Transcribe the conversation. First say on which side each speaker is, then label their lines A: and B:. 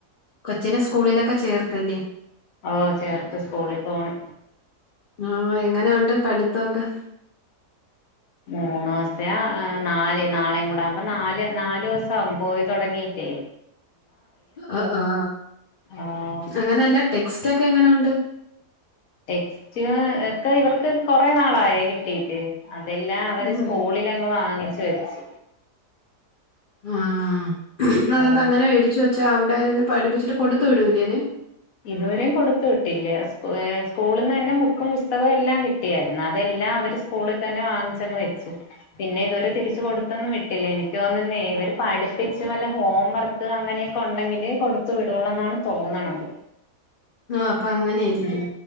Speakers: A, on the left; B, on the left.
A: കൊച്ചനെ സ്കൂളിലൊക്കെ ചേർത്തല്ലേ
B: ഓ ചേർത്ത് സ്കൂളിൽ പോണ്
A: ആ എങ്ങനെയുണ്ട് പഠിത്തൊക്കെ
B: മൂന്നു ദിവസയാ നാല് നാളെയും കൂട ആകുമ്പ നാല് നാല്ു ദിവസവും പോയി തുടങ്ങി എ
A: അ ആ
B: ആഹ്
A: അങ്ങനല്ല ടെക്സ്റ്റ് ഒക്കെ എങ്ങനെുണ്ട്
B: ടെക്സ്റ്റ് ഒക്കെ ഇവർക്ക് കൊറെ നാളായി കിട്ടീട്ട് അതെല്ലാം അവര്
A: ഉം
B: സ്കൂളിലങ്ങ് വാങ്ങിച്ച വെച്ച്
A: ആഹ അതെന്താ
B: ഓ
A: അങ്ങനെ മേടിച്ചു വെച്ച പ അവിടെന്ന് പഠിപ്പിച്ചട്ട് കൊടുത്തു വിടൂലേ അതെ
B: ഇതുവരെയും കൊടുത്തു വിട്ടില്ലേ ഏ സ്കൂളിൽ നിന്ന് തന്നെ ബുക്കും പുസ്തകവും എല്ലാം കിട്ടിയായിരുന്നു അതെല്ല ല്ല അവര് സ്കൂളിൽ തന്നെ വാങ്ങിച്ചങ്ങ് വെച്ചു പിന്നെ ഇതുവരെ തിരിച്ചു കൊടുത്തൊന്നും വിട്ടില്ല എനിക്ക് തോന്നുന്നേ ഇവര് പഠിപ്പിച്ച് വല്ല ഹോം വർക്ക് അങ്ങനെ കൊണ്ടെങ്കിലേ കൊടുത്തു വിടുള്ള എന്നാണ് തോന്നണത്
A: ആഹ് അപ്പൊ അങ്ങനെയായിരിക്കും
B: ഉം